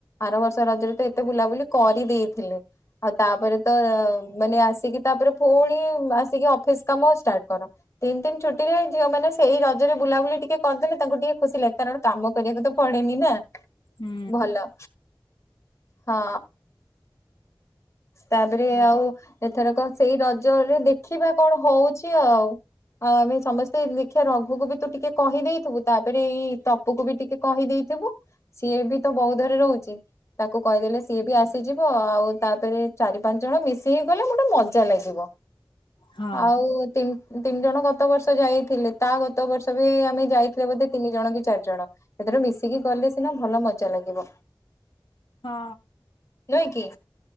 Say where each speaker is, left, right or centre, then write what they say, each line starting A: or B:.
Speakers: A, on the left; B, on the left.
A: ଆର ବର୍ଷ ରଜରେ ଏତେ ବୁଲାବୁଲି କରିଦେଇଥିଲେ। ଆଉ ତାପରେ ତ ମାନେ ଆସିକି ତାପରେ ପୁଣି ଆସିକି ଅଫିସ କାମ ଷ୍ଟାର୍ଟ କର। ତିନି ତିିନ ଛୁଟିରେ ଝିଅ ମାନେ ସେଇ ରଜରେ ବୁଲାବୁଲି ଟିକେ କରିଦେଲେ ତାଙ୍କୁ ଟିକେ ଖୁସି ଲାଗେ। କାରଣ କାମ କରିବାକୁ ତ ପଡେନି ନା।
B: ହୁଁ
A: ଭଲ ହଁ। ତାଦେରେ
B: ହୁଁ
A: ଆଉ ଏଥର କଣ ସେଇ ରଜରେ ଦେଖିବା କଣ ହଉଛି ଆଉ? ଆଉ ଆମେ ସମସ୍ତେ ଦେଖିବା ରଘୁକୁ ବି ତୁ ଟିକେ କହିଦେଇଥିବୁ। ତାପରେ ଏଇ ତପ୍ ପୁ କୁ ବି ଟିକେ କହିଦେଇଥିବୁ ସିଏ ବି ତ ବହୁଉଧରେ ରହୁଛି। ତାକୁ କହିଦେଲେ ସିଏ ବି ଆସିଯିବ ଆଉ ତାପରେ ଚାରି ପାଞ୍ଚ ଜଣ ମିସି କି ଗଲେ ଗୋଟେ ମଜା ଲାଗିବ
B: ହଁ
A: ଆଉ। ତିନ୍ ତିନି ଜଣ ଗତ ବର୍ଷ ଯାଇଥିଲେ ତା ଗତ ବର୍ଷ ବି ଆମେ ଯାଇଥିଲେ ବୋଧେ ତିନି ଜଣ କି ଚାରି ଜଣ। ଏଥର ମିଶିକି ଗଲେ ସିନା ଭଲ ମଜା ଲାଗିବ।
B: ହଁ।
A: ନୁହେଁ କି?